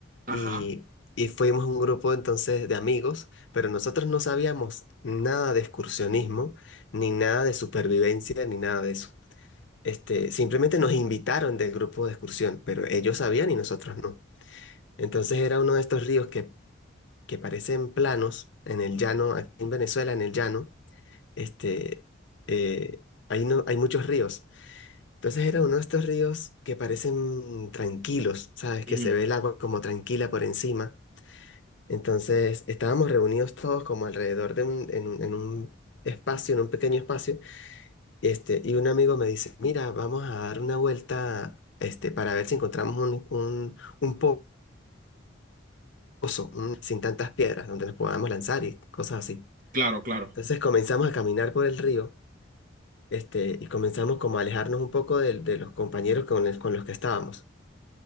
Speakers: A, on the right; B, on the left.
A: Ajá.
B: Y, y fuimos un grupo entonces de amigos, pero nosotros no sabíamos nada de excursionismo, ni nada de supervivencia, ni nada de eso. Este, simplemente nos invitaron del grupo de excursión, pero ellos sabían y nosotros no. Entonces era uno de estos ríos que, que parecen planos en el llano, aquí en Venezuela, en el llano este, eh, hay, no, hay muchos ríos. Entonces era uno de estos ríos que parecen tranquilos, ¿sabes? Que
A: ujú,
B: se ve el agua como tranquila por encima. Entonces estábamos reunidos todos como alrededor de un, en un, en un espacio, en un pequeño espacio, este, y un amigo me dice, mira, vamos a dar una vuelta, este, para ver si encontramos un, un, un po- pozo, un- sin tantas piedras, donde nos podamos lanzar y cosas así.
A: Claro, claro.
B: Entonces comenzamos a caminar por el río. este, y comenzamos como a alejarnos un poco de, de los compañeros con, el- con los que estábamos.